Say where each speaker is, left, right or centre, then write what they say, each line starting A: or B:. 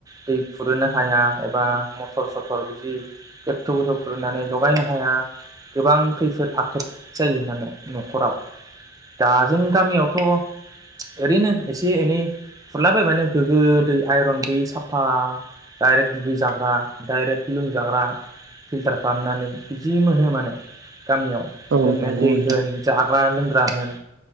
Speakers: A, on the right; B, on the right.
A: दै कुरहोनो हाया एबा मटर सटर बिदि गोथौ गोथौ कुरहोनानै लगायनो हाया। गोबां खैफोद आफोद जायो माने न'खराव दा जों गामियावथ' ओरैनो एसे एनै खुरलाबायबानो गोगो दै आइरन गैयै साफा दडायरेक्ट दुगै जाग्रा दडायरेक्ट लोंजाग्रा फिल्टार खालामनानै बिदि मोनो माने। <inaudible> गामियाव
B: औ
A: लोंनाय
B: नंगौ
A: दै
B: नोंथां
A: होन जाग जाग्रा लोंग्रा होन